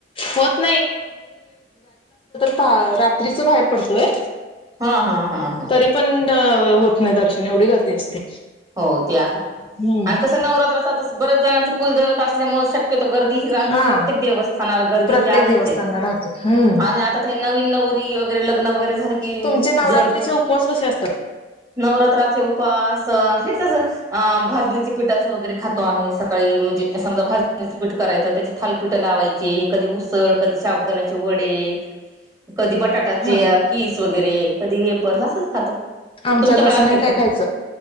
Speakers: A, on the left; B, on the right.
A: होत रात बाहेर पडतोय
B: हा हा हा हा
A: तरी पण... होत नाही दर्शन एवढी गर्दी असते.
B: हो ते आहे
A: हम्म
B: आणि कस नवरात्र असात बर्याच जणांच कुलदैवता असल्यामुळे शक्य <inaudible> गर्दी ह
A: हा
B: प्रत्येक देवस्थानाला गर्दी
A: प्रत्येक
B: ह आहे
A: देवस्थानला राहते हम्म
B: आणि आता तर ह्यांना नवरी वगैरे लग्न वगैरे झालं की
A: तुमचे नवरात्रीचे
B: जोड...
A: उपवास कसे असतात
B: नवरात्राचे उपास हेच असं अ भाजणीचे पिठाच वगैरे खातो आम्ही सकाळी म्हणजे... समजा भाजणीचे पीठ... करायच त्याची थालपीठ लावायची. कधी उसळ, कधी शाबुदानाचे वडे... कधी बटाट्याचे
A: हा
B: कीस वगैरे कधी वेपर्स असंच खातो.
A: आमच्यात
B: तुमच्याकडे
A: असं
B: असतेत
A: नाही काय
B: का
A: खायचं,